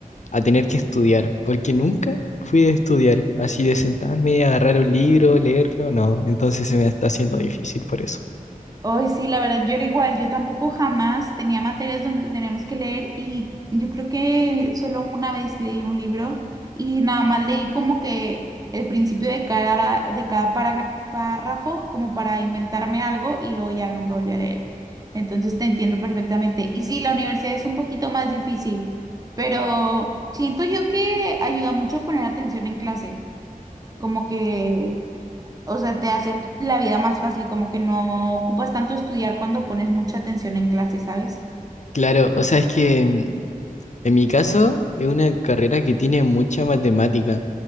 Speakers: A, on the left; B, on the right.
A: tener que estudiar, porque nunca fui de estudiar, así de sentarme, agarrar un libro, leerlo, no, entonces se me está haciendo difícil por eso.
B: Hoy sí, la verdad, yo era igual, yo tampoco jamás tenía materias donde teníamos que leer y yo creo que solo una vez leí un libro y nada más leí como que el principio de cada, de cada para- párrafo como para inventarme algo y luego ya nunca volví a leer. Entonces te entiendo perfectamente. Y sí, la universidad es un poquito más difícil, pero siento yo que ayuda mucho a poner atención en clase, como que... O sea, te hace tu- la vida más fácil, como que no ocupas tanto estudiar cuando pones mucha atención en clase, ¿sabes?
A: Claro, o sea, es que mm, en mi caso es una carrera que tiene mucha matemática,